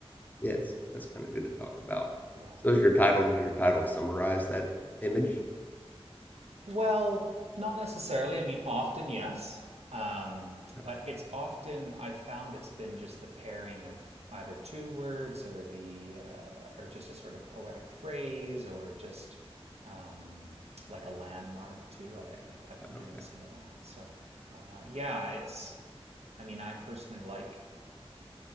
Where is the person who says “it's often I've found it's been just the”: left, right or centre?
Right